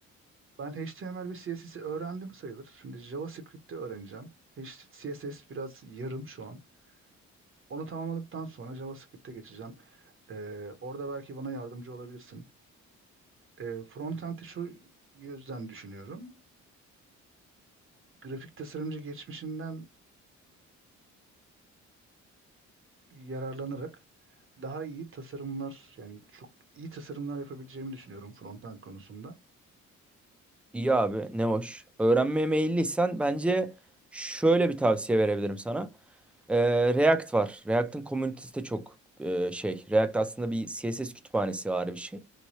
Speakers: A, on the right; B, in the centre.
A: ben HTML ve CSS'i öğrendim sayılır. Şimdi JavaScript'i öğreneceğim. H- CSS biraz yarım şu an. Onu tamamladıktan sonra JavaScript'e geçeceğim. E, orada belki bana yardımcı olabilirsin. E, frontend'i şu yüzden düşünüyorum. Grafik tasarımcı geçmişimden yararlanarak daha iyi tasarımlar yani çok iyi tasarımlar yapabileceğimi düşünüyorum frontend konusunda.
B: İyi abi ne hoş. Öğrenmeye meyilliysen bence şöyle bir tavsiye verebilirim sana. Ee, React var. React'ın komünitesi de çok e, şey. React aslında bir CSS kütüphanesi var bir şey.